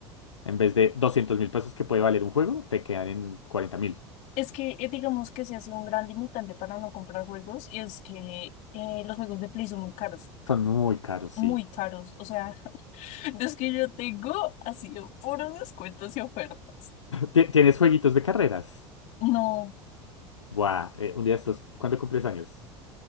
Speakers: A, on the left; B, on the left.
A: en vez de doscientos mil pesos que puede valer un juego, te quedan en cuarenta mil.
B: Es que eh, digamos que se ha sido un gran limitante para no comprar juegos y es que eh, los juegos de Play son muy caros,
A: Son muy caros,
B: muy
A: sí.
B: caros. O sea, <laughs> los que yo tengo ha sido puros descuentos y ofertas.
A: Ti- ¿Tienes jueguitos de carreras?
B: No,
A: Buah, eh, un día de estos, ¿cuándo cumples años?